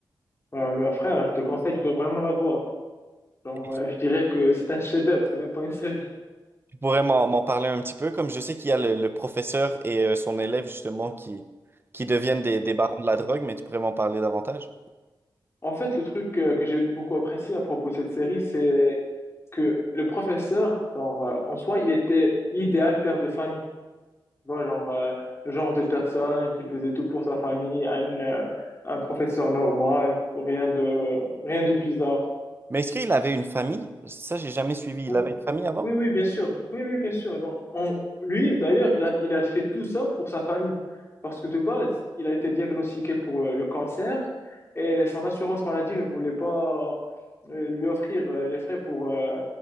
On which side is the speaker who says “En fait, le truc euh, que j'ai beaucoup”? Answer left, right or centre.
Left